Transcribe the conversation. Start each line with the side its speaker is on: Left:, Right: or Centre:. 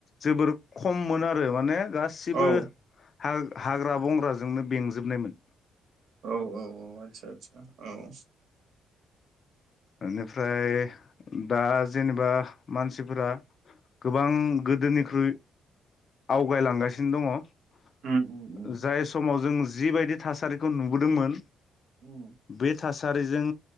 Left: जोबोर खममोन आरो माने गासिबो
Right: औ
Left: हा हाग्रा बंग्राजोंनो बेंजोबनायमोन।
Right: औ औ औ आतसा आसा औ
Left: बेनिफ्राय दा जेनेबा मानसिफोरा गोबां गोदोनिख्रुइ आवगायलांगासिनो दङ।
Right: उम उम उम
Left: जाय समाव जों जिबायदि थासारिखौ नुबोदोंमोन
Right: उम।
Left: बे थासारिजों